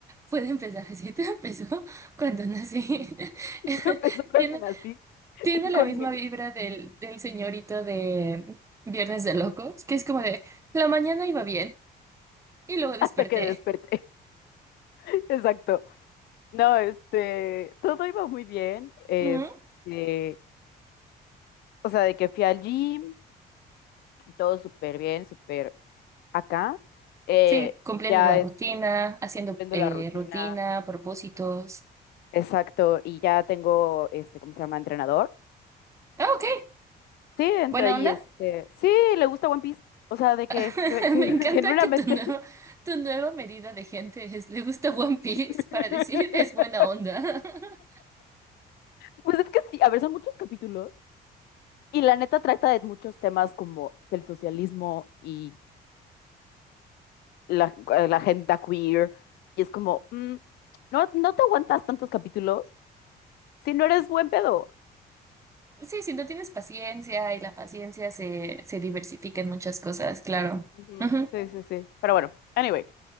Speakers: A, on the right; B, on the left.
A: puede empezar así. Todo empezó cuando nací. <laughs>
B: Todo empezó cuando
A: Tiene,
B: nací,
A: tiene la
B: con
A: misma
B: mi-
A: vibra del, del señorito de Viernes de Locos, que es como de la mañana iba bien y luego desperté.
B: hasta que desperté. <laughs> Exacto. No, este, todo iba muy bien. Este,
A: Ujú.
B: o sea, de que fui al gym, todo súper bien, súper acá. Eh,
A: Sí, cumpliendo
B: ya
A: la
B: es
A: rutina, haciendo
B: cumpliendo
A: eh,
B: la rutina.
A: rutina, propósitos.
B: Exacto. Y ya tengo, este, ¿cómo se llama? Entrenador.
A: Ah, ok.
B: Sí, Entonces
A: Buena onda.
B: y este, sí, le gusta One Piece. O sea, de que
A: <laughs>
B: jue- se-
A: Me encanta
B: <laughs> genuinamente.
A: que tu nueva, tu nueva medida de gente es le gusta One Piece
B: <laughs>
A: para decir es buena onda. <laughs>
B: Pues es que sí, a ver, son muchos capítulos y la neta trata de muchos temas como del socialismo y la, eh, la agenda queer y es como, mm, no, no te aguantas tantos capítulos si no eres buen pedo.
A: Sí, si no tienes paciencia y la paciencia se, se diversifica en muchas cosas, claro.
B: Ujú,
A: Ujú.
B: Sí, sí, sí. Pero bueno, anyway,